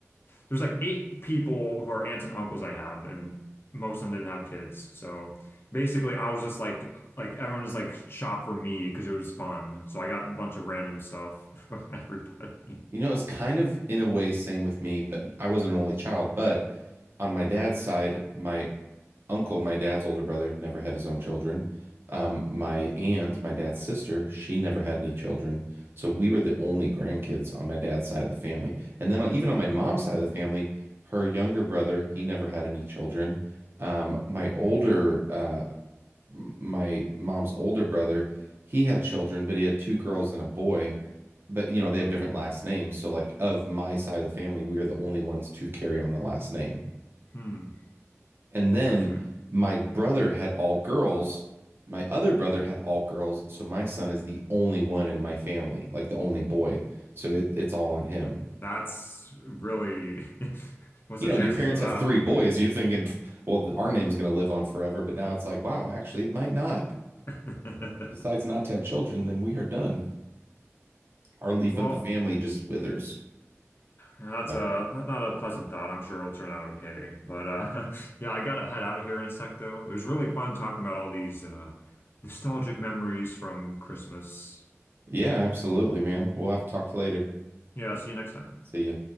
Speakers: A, on the left (about 50°); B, on the right (about 50°).
A: there's like eight people who are aunts and uncles I have, and most of them didn't have kids. So basically, I was just like like everyone just like shopped for me because it was fun. So I got a bunch of random stuff <laughs> from everybody.
B: You know, it's kind of in a way same with me, but I was an only child. But on my dad's side, my uncle, my dad's older brother, never had his own children. Um, my aunt, my dad's sister, she never had any children. So we were the only grandkids on my dad's side of the family. And then on-
A: Ooh,
B: even on my mom's side of the family, her younger brother, he never had any children. Um, my older, uh, my mom's older brother, he had children, but he had two girls and a boy. But you know, they have different last names. So like of my side of the family, we are the only ones to carry on the last name.
A: hmm,
B: And
A: interesting.
B: then my brother had all girls. My other brother had all girls. So my son is the only one in my family, like the only boy. So it, it's all on him.
A: That's really, <laughs> what's
B: You
A: the
B: know,
A: chances
B: your parents
A: of
B: have three boys. You're thinking, "Pff, well, th- our name's going to live on forever. But now it's like, wow, actually, it might not.
A: that?
B: He decides
A: <laughs>
B: not to have children, then we are done. Our leaf
A: Well,
B: of the family just withers.
A: that's
B: So,
A: a not, not a pleasant thought. I'm sure it'll turn out okay. But uh, <laughs> yeah, I gotta head out here in a sec, though. It was really fun talking about all these uh, nostalgic memories from Christmas.
B: yeah, absolutely, man. We'll have to talk to you later.
A: Yeah, see you next time.
B: See ya.